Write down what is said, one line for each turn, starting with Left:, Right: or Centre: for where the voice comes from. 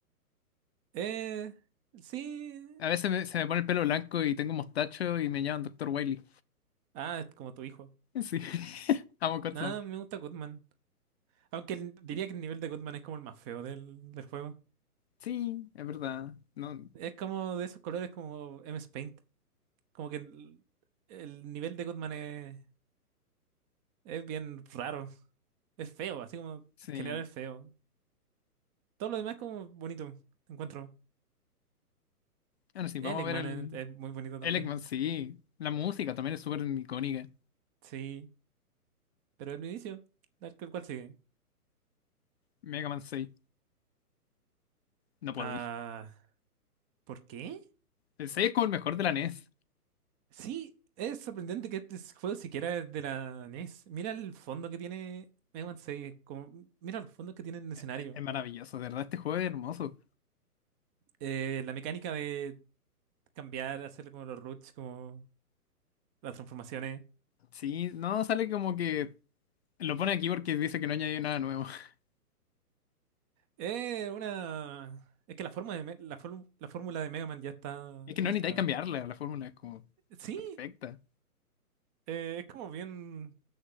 Right: Eh, sí.
Left: A veces me- se me pone el pelo blanco y tengo mostacho y me llaman doctor Wily.
Right: Ah, es como tu hijo.
Left: Sí. <laughs> Amo Gutsman.
Right: Ah, me gusta Goodman. Aunque el- diría que el nivel de Goodman es como el más feo del, del juego.
Left: Sí, es verdad. No,
Right: Es como de esos colores como M S Paint. Como que el, el nivel de Goodman es, es bien raro. Es feo, así como
Left: sí.
Right: general es feo. Todo lo demás es como bonito, encuentro.
Left: Bueno, sí,
Right: El
Left: vamos
Right: Eggman
Left: a ver el,
Right: es, es muy bonito también.
Left: el Eggman, sí. La música también es súper icónica.
Right: Sí, pero el inicio, el cual cual sigue.
Left: Mega Man seis no podía.
Right: Ah, ¿por qué?
Left: El 6 es como el mejor de la NES.
Right: Sí, es sorprendente que este juego siquiera es de la NES. Mira el fondo que tiene Eggman 6, como- mira los fondos que tiene el escenario.
Left: E- S. e- e- Es, maravilloso, de verdad, este juego es hermoso.
Right: Eh, la mecánica de cambiar, hacer como los roots, como las transformaciones.
Left: Sí, no, sale como que lo pone aquí porque dice que no añadió nada nuevo. <laughs>
Right: Eh, una... Es que la forma de, Me- la, form- la fórmula de Mega Man ya está
Left: Es que
Right: lista.
Left: no necesitáis cambiarla, la fórmula es como
Right: Sí,
Left: perfecta.
Right: Eh, es como bien